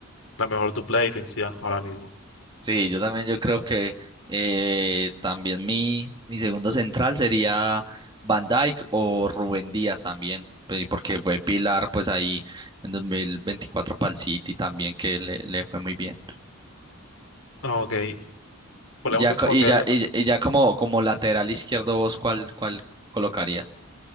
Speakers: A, on the left; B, on the right.
A: la mejor dupla defensiva ahora mismo.
B: Sí, yo también yo creo que eh, también mi, mi segundo central sería Van Dijk o Rubén Díaz también, pues, porque fue pilar pues ahí en 2024 para el City también que le, le fue muy bien.
A: Ok, podemos
B: Y ya,
A: escoger,
B: co- y ya, y, y ya como, como lateral izquierdo vos, ¿cuál, cuál colocarías?